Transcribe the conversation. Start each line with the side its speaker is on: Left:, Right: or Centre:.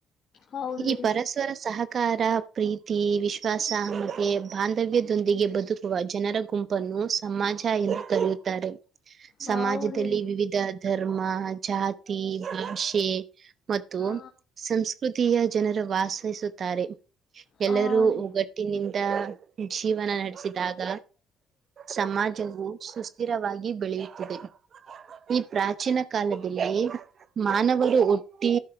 Left: ಹೌದು
Right: ಈ
Left: ರೀ
Right: ಪರಸ್ಪರ ಸಹ ಕಾರ ಪ್ರೀತಿ ವಿಶ್ವಾಸ ಮತ್ತೆ ಬಾಂಧವ್ಯದೊಂದಿಗೆ ಬದುಕುವ ಜನರ ಗುಂಪನ್ನು ಸಮಾಜ ಎಂದು ಕರೆಯುತ್ತಾರೆ
Left: ಹೌದು
Right: ಸಮಾಜದಲ್ಲಿ
Left: ರೀ
Right: ವಿವಿಧ ಧರ್ಮ ಜಾತಿ ಭಾಷೆ ಮತ್ತು
Left: ಹಾ
Right: ಸಂಸ್ಕೃತಿ ತಿಯ ಜನರು ವಾಸಿಸುತ್ತಾರೆ
Left: ಹಾ
Right: ಎಲ್ಲರೂ
Left: ರೀ
Right: ಒಗಟ್ಟಿ ನಿ ಜೀವನ ನಡೆಸಿದಾಗ ಸಮಾಜವು ಸುಸ್ಥಿರವಾಗಿ ಬೆಳೆಯುತ್ತದೆ ಈ ಪ್ರಾಚೀನ ಕಾಲದಲ್ಲಿ ಮಾನವರು ಒಟ್ಟಿ